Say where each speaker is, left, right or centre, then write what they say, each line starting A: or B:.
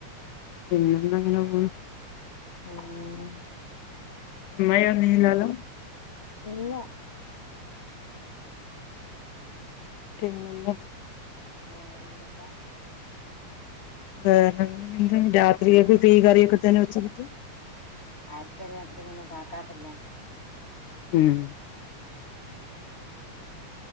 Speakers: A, on the left; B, on the left.
A: പിന്നെന്താ അങ്ങനെ പോണൂ.
B: ഉം
A: അമ്മായി വന്നീലല്ലോ.
B: ഇല്ല.
A: പിന്നെ?
B: വേറെന്തക്കാ?
A: വെറെന്ത്ന്ന് രാത്രിയേക്ക് തീ കറിയൊക്കെ തന്നെ വെച്ചടുത്തു.
B: ആർക്കറിയാ രാത്രി പോന്ന ക്കാക്കല്ലേ.
A: ഉം